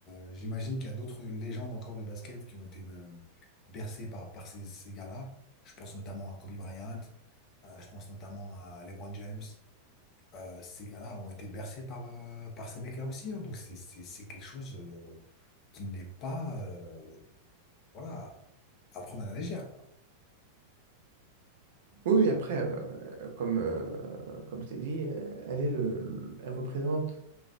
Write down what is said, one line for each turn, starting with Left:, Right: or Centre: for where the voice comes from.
Left: euh, j'imagine qu'il y a d'autres légendes encore de basket qui ont été euh, bercées par, par ces, ces gars-là. Je pense notamment à Kobe Bryant, euh, je pense notamment à LeBron James euh, ces gars-là ont été bercés par, euh, par ces mecs-là aussi. hein. Donc c'est c'est- c'est quelque chose euh, qui n'est pas euh, voilà, à prendre à la légère. quoi.
Right: Oui, oui, après, euh, comme, euh, comme je t'ai dit, euh, elle est le, elle représente